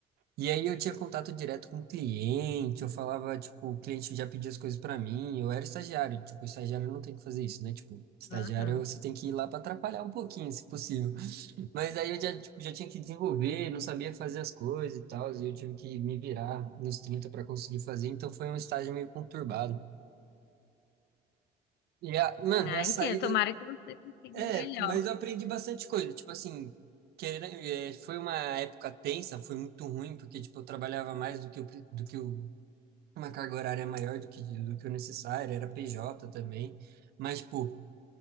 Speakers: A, on the right; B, on the left.
A: E aí eu tinha contato direto com o cliente, eu falava, tipo, o cliente já pedia as coisas para mim, eu era estagiário, tipo, estagiário não tem que fazer isso, né? Tipo, estagiário
B: Aham.
A: você tem que ir lá para atrapalhar um pouquinho, se possível. Mas aí eu já, tipo, já tinha que desenvolver, não sabia fazer as coisas e tal, e eu tive que me virar nos 30 para conseguir fazer, então foi um estágio meio conturbado. E a, mano,
B: Ah,
A: e a saída,
B: entendo. Tomara que você consiga
A: é,
B: o melhor.
A: mas eu aprendi bastante coisa, tipo assim, querendo, é, foi uma época tensa, foi muito ruim, porque, tipo, eu trabalhava mais do que, o pre- do que o- uma carga horária maior do que, do que o necessário, era PJ também, mas, tipo,